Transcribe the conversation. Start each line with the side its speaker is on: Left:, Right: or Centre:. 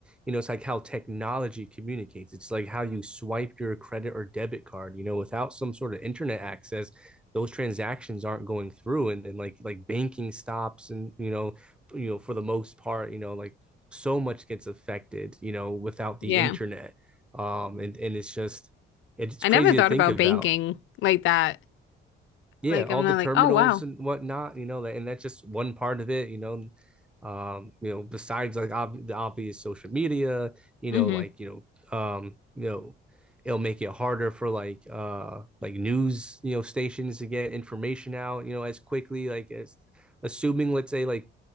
Centre: you know, it's like how technology communicates. It's like how you swipe your credit or debit card, you know, without some sort of internet access, those transactions aren't going through and, and like like banking stops and you know, you know, for the most part, you know, like so much gets affected, you know, without the
Left: Yeah.
Centre: internet. Um and, and it's just it's
Left: I
Centre: crazy
Left: never thought
Centre: to think
Left: about
Centre: about
Left: banking like that.
Centre: yeah,
Left: Like
Centre: all
Left: I'm not
Centre: the terminals
Left: like, oh wow.
Centre: and whatnot, you know, and that's just one part of it, you know. Um, you know, besides like ob- the obvious social media, you
Left: hmm
Centre: know, like you know, um, you know, it'll make it harder for like uh like news, you know, stations to get information out, you know, as quickly like as assuming let's say like